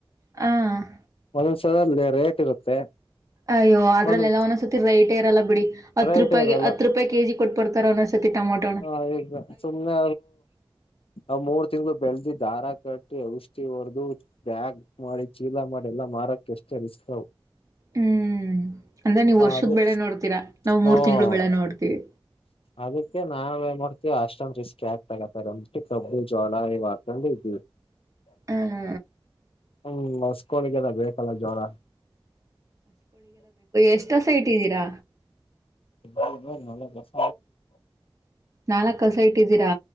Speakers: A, on the right; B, on the left.
A: ಹ <unintelligible>
B: ಒಂದೊಂದು ಸಲ ರೇಟ್ ಇರುತ್ತೆ
A: ಅಯ್ಯೋ ಅ್ರಲ್ಲ
B: ಒಂದೊಂದ್
A: ಒಂದೊ್ಸ ರೇಟ ಇಲ್ಲ ಬಿಡಿ ಹತ್
B: ರೈಟೇ
A: ರೂಪಾಯಿಗೆ
B: ಇರಲ್ಲ
A: ಹತ್ತು ರೂಪಾಯಿ ಕೆಜಿ ಕೊಟ್ಟುಬಡ್ತಾರೆ ಒಂದೊಂದ್ಸತಿ ಟಮಾಟ
B: <unintelligible> ಹ ಈಗ ಸುಮ್ನೆ ಅ ಮೂರ್ ತಿಂಗ್ಗಳು ಬೆಳೆದಿ ದಾರ ಕಟ್ಟಿ ಔಷಿ ಹೊಡೆದು ಬ್ಯಾಗ್ ಮಾಡಿ ಚೀಲ ಮಾಡಿ ಎಲ್ಲಾ ಮಾರಕ ಎಷ್ಟೇ ರಿಸ್ಕ್
A: ಹ್ಮ್ ಅಂದ್ರೆ ನೀವ್
B: ಹ
A: ವರ್ಷದ
B: ಅದೇ
A: ಬೆಳೆ ನೋಡ್ತೀರಾ ನಾವವು
B: ಹ್ಮ
A: ಮೂರ್ ತಿಂಗಳ ಬೆಳೆ ನೋಡ್ತೀವಿ
B: ಅದಕ್ಕೆ ನಾವ ಏನ್ ಮಾಡೋಡ್ತೀ ಅಷ್ಟಮ ರಿಸ್ಕಕ್ ತಗತಾರೆ ಅಂದ್ಬಿಟ್ಟಿ ಕಬ್ಬು ಜೋಳ ಇವ ಹಾಕೊಂಡು ಇದ್ವಿ
A: ಹಾ ಹಾ
B: ಹ್ಮ್ ಹೊಸ್ಕೋಳಿಗೆದ ಬೇಕಲ್ಲ ಜ್ವರ
A: ಎಷ್ಟೊ ಸೈಟ್ ಇದ್ದೀರಾ
B: ಬ ಅಲ್ಲ ಕಸ
A: ನಾಲ್ಕ್ ಕಸ ಇಟ್ಟಿದ್ದೀರಾ